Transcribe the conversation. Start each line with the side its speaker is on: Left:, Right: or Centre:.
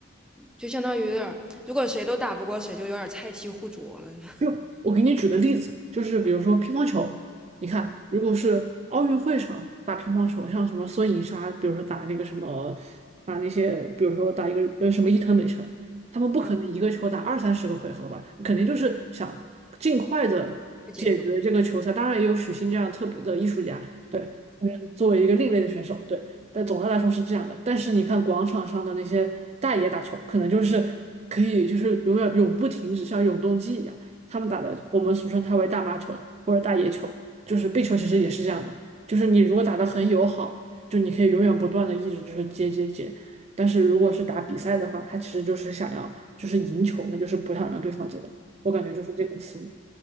Centre: 就相当于有点儿，如果谁都打不过谁，就有点儿菜鸡互啄了。<laughs>
Right: 就我给你举个例子吧就是比如说乒乓球，你看，
Centre: 嗯
Right: 如果是奥运会上打乒乓球，像什么孙颖莎，比如说打那个什么，打那些，比如说打一个呃什么伊藤美诚，他们不可能一个球打二三十个回合吧，
Centre: 嗯，
Right: 肯定就是想尽快的解决这个球赛。
Centre: 太解决问
Right: 当然也有许昕这样特别的艺术家，对，嗯作为一个另类的选手，对。但总的来说是这样的。但是你看广场上的那些大爷打球，可能就是可以就是永远永不停止，像永动机一样。他们打的，我们俗称它为大妈球或者大爷球，就是壁球其实也是这样的，就是你如果打得很友好，就你可以永远不断的一直就是接接接，但是如果是打比赛的话，他其实就是想要就是赢球，那就是不想让对方接到，我感觉就是这个思路。